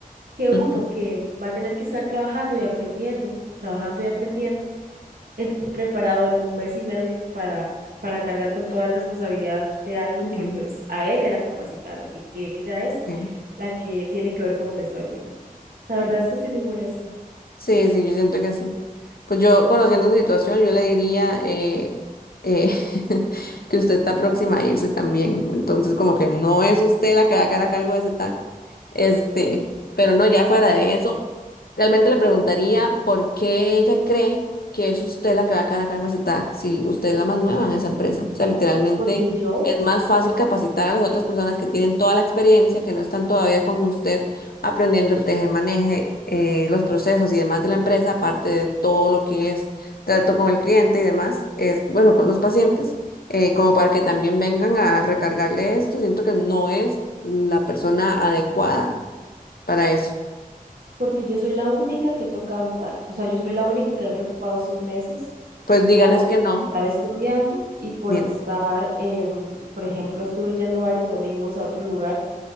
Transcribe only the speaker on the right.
que uno
que va a tener que estar trabajando y aprendiendo, trabajando y aprendiendo, esté preparado en un mes y medio para, para cargar con toda la responsabilidad de algo
que pues a ella la capacitaron y que ella es
la que tiene que ver cómo resuelve. La verdad es que estoy muy molesta,
porque yo,
porque yo soy la única que toca un TAC, o sea, yo soy la única que me he preocupado estos meses
por
estar estudiando y por
estar, em, por ejemplo, estuve yendo varios domingos a otro lugar